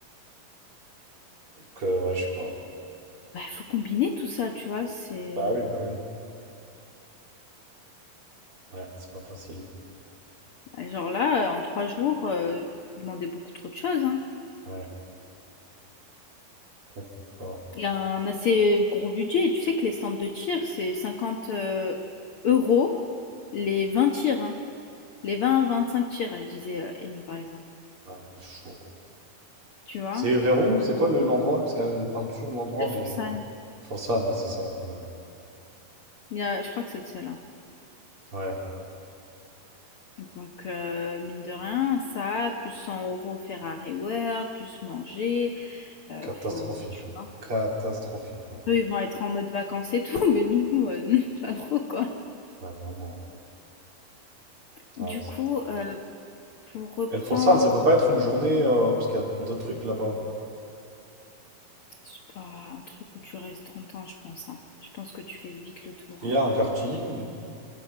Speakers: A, on the right; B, on the left.
A: Donc, euh, ouais, je sais pas.
B: bah, faut combiner tout ça, tu vois. C'est
A: Bah oui, bah oui. Ouais, c'est pas facile.
B: genre là, euh, en trois jours, euh, vous demandez beaucoup trop de choses, hein.
A: Ouais, ah, c'est fort.
B: Il y a un assez gros budget. Tu sais que les stands de tir, c'est 50 euh, euros les 20 tirs, hein. Les vingt vingt-cinq tirs, elle disait euh, Aimée, par exemple.
A: Ah ouais, chaud.
B: Tu vois?
A: C'est vers où? C'est quoi le- l'endroit? Parce qu'il me parle toujours de l'endroit,
B: Elfelsheim.
A: mais... Forsan, ouais, c'est ça. Ouais, ouais.
B: Il y a- je crois que c'est le seul. hein.
A: Ouais,
B: Donc, euh, mine de rien, ça, plus 100 euros Ferrari World, plus manger, euh,
A: catastrophique.
B: faut, tu
A: hein.
B: vois.
A: Catastrophique. hein.
B: Eux, ils vont être en mode vacances et tout, <laughs> mais nous, euh, <laughs> pas trop, quoi.
A: Ouais, vraiment.
B: Du
A: Ah ouais, c'est...
B: coup, euh, pour reprendre,
A: Et le Forsan, ça peut pas être une journée, euh, parce qu'il y a d'autres trucs là-bas.
B: c'est pas un truc où tu restes trente ans, je pense, hein. Je pense que tu fais vite le tour,
A: Il
B: hein.
A: y a un karting.